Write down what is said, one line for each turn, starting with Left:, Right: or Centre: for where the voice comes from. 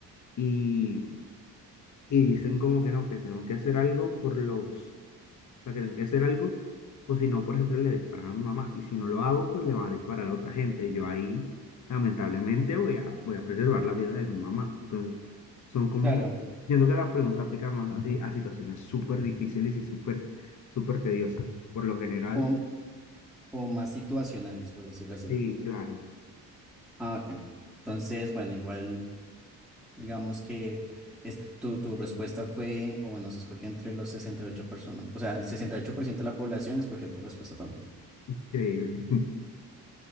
Left: y, y dicen como que no, que tengo que hacer algo por los, O sea, que tengo que hacer algo. O si no, por ejemplo, le disparan a mi mamá. Y si no lo hago, pues le van a disparar a otra gente. Y yo ahí, lamentablemente, voy a, voy a preservar la vida de mi mamá. Entonces, son como,
Centre: Claro,
Left: siento que la pregunta aplica más así a situaciones súper difíciles y súper, súper tediosas. Por lo general,
Centre: como, como más situacionales, por decirlo así.
Left: sí, claro,
Centre: Ah, ok. Entonces, bueno, igual, digamos que es, tu, tu respuesta fue, o bueno, se escogió entre los 68 personas. O sea, el 68% de la población escogió tu respuesta también.
Left: increíble. <laughs>